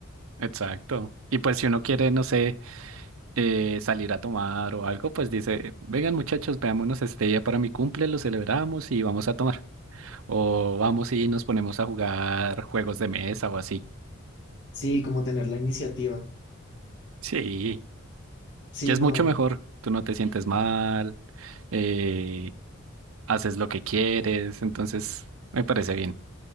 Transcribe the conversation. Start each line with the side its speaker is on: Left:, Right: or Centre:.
Right: Exacto. Y pues si uno quiere, no sé, eh, salir a tomar o algo, pues dice, vengan muchachos, veámonos este día para mi cumple, lo celebramos y vamos a tomar. O vamos y nos ponemos a jugar juegos de mesa o así.
Left: Sí, como tener la iniciativa.
Right: Sí,
Left: Sí,
Right: que es
Left: no,
Right: mucho mejor. Tú no te sientes mal, eh, haces lo que quieres, entonces me parece bien.